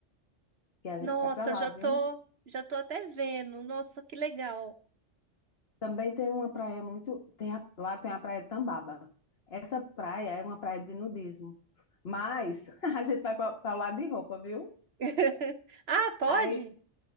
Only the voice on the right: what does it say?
Nossa,
já
tô, já tô até vendo. Nossa, que legal.
<laughs> Ah, pode?